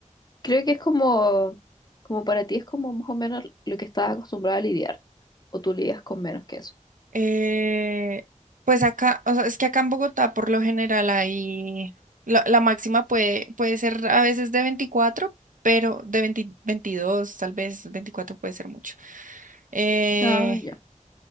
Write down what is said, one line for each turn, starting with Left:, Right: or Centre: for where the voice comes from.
Left: creo que es como, como para ti es como más o menos lo que estás acostumbrada a lidiar, o tú lidias con menos que eso.
Right: Eh, pues acá, o sea, es que acá en Bogotá por lo general hay, la, la máxima puede, puede ser a veces de 24, pero de 20 22 tal vez 24 puede ser mucho. Eh,
Left: Ah, ya.